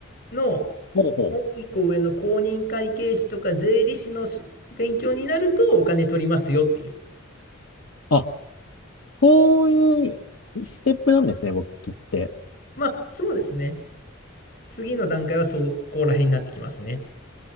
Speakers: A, on the left; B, on the left.
A: の、
B: ほうほう。
A: もう一個上の公認会計士とか税理士のし勉強になるとお金取りますよっていう。
B: あ、そういうステップなんですね、簿記って。
A: まあそうですね。次の段階はそこら辺になってきますね。